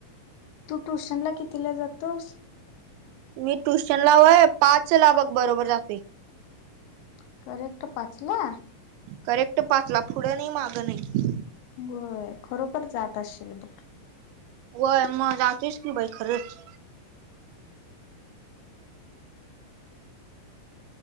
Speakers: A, on the left; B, on the right.
A: तू ट्युशन ला कितीला जातोस
B: मी ट्युशनला वोय पाच ला बघ बरोबर जाते.
A: तर करेक्ट पाचला
B: करेक्ट पाचला पुढं नाही मागं नाही.
A: होय खरोखर जात असशील बघ
B: वय मग जातीस की बाई खरंच